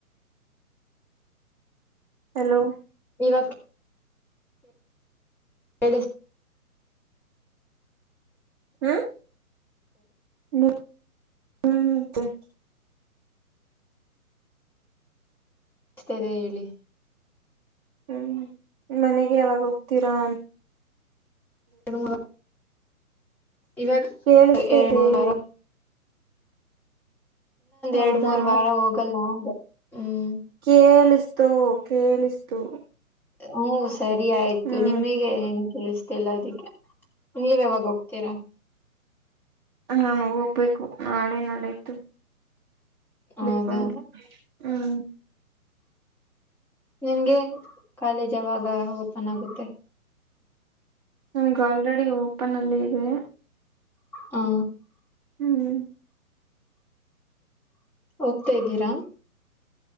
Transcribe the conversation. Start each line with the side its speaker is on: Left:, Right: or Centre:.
Right: ಹಲೋ
Centre: ಇವತ್ತು ಎಡು
Right: ಹ್ಮ್ ನೀ ಹ್ಮ್
Centre: ಮಸ್ತದೆ ಹೇಳಿ
Right: ಹ್ಮ್ ಮನೆಗೆ ಯಾವಾಗ ಹೋಗ್ತೀರಾ
Centre: ಎಡು ಇವಾಗ
Right: ಕೇಳಿಸ್ತಾ
Centre: ಎನೂರರ
Right: ಇದೆ ಹೇಳಿ ಹೌದಾ
Centre: ಎರಡ್ ಮೂರ್ ವಾರ ಹೋಗಲ್ಲ ಅಂದೆ ಹ್ಮ್
Right: ಕೇಳ ತೋ ಕೇಳಿಸ್ತು
Centre: ಹ್ಮ ಸರಿ ಆಯ್ತು
Right: ಹ್ಮ್
Centre: ನಿಮಗೆ ಕಳಿಸತಿ ಇಲ್ಲ ಅದಿಕ್ಕೆ ನೀವ ಯಾವಾಗ ಹೋಗ್ತೀರಾ
Right: ನಾನು ಹೋಗ್ಬೇಕು ನಾಳೆ ನಾಳೆಯತು
Centre: ಹೌದಾ
Right: ಬಿಟ್ಕೊಂಡು ಹ್ಮ್
Centre: ನಿಮ್ಗೆ ಕಾಲೇಜ್ ಯಾವಾಗ ಓಪನ್ ಆಗುತ್ತೆ
Right: ನಮ್ಗೆ ಆಲ್ರೆಡಿ ಓಪನ್ ಅಲ್ಲಿ ಇದೆ
Centre: ಹ್ಮ
Right: ಹ್ಮ್
Centre: ಹೋಗ್ತಾ ಇದ್ದೀರಾ